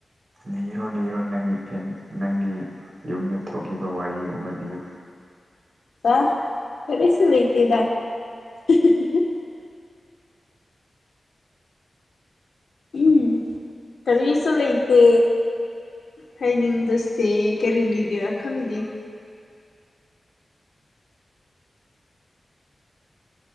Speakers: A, on the right; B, on the left.
A: ꯂꯤꯔꯣ ꯂꯤꯔꯣ ꯅꯪꯒꯤ ꯐꯦꯝ ꯅꯪꯒꯤ ꯌꯨꯝꯗ ꯊꯣꯛꯈꯤꯕ ꯋꯥꯔꯤ ꯑꯃ ꯂꯤꯌꯨ
B: ꯆ ꯀꯔꯤꯁꯨ ꯂꯩꯇꯦꯗ <unintelligible> ꯎꯝ ꯀꯔꯤꯁꯨ ꯂꯩꯇꯦ ꯍꯥꯏꯅꯤꯡꯕꯁꯦ ꯀꯔꯤ ꯀꯔꯤꯒꯤꯔ ꯈꯪꯗꯦ